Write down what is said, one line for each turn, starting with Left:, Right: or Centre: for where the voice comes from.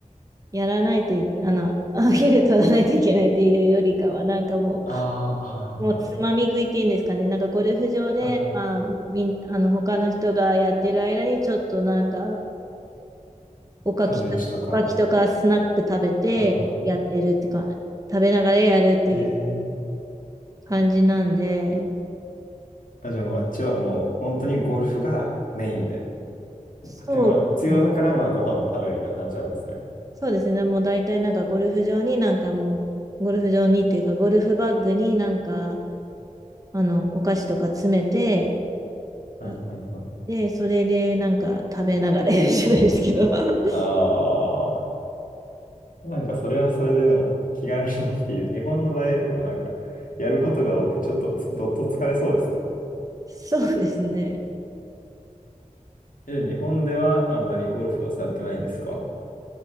Right: やらないとい、あの、<laughs> お昼取らないといけないっていうよりかは、なんかも
Left: ああ、はいはいはい。
Right: う、もうつまみ食いっていうんですかね、なんかゴルフ場で、
Left: あ、
Right: まあ、みん、あの、他の人がやってる間にちょっとなんか、おかき、
Left: サンドイッチとか。
Right: おかきとかスナック食べてやってるってか、
Left: はいはいはい。
Right: 食べながらやるって
Left: えー、
Right: 感じなんで、
Left: あ、じゃあもうあっちはもう本当にゴルフがメインで。
Right: そうですね
Left: で、まあ、必要だから、まあ、ご飯も食べるみたいな感じなんですね。
Right: そうですね。もう大体なんかゴルフ場になんかもう、ゴルフ場にっていうか、ゴルフバッグになんか、あの、お菓子とか詰めて、
Left: はいはいはい。
Right: いで、それでなんか食べながらやるじゃないですけど。<laughs>
Left: ああ、なんかそれはそれででも気軽にできていいです。日本の場合だとかなんか、やることが多くて、ちょっとつどっと疲れそうですね。
Right: そうですね。
Left: え、日本ではあんまりゴルフはされてないんですか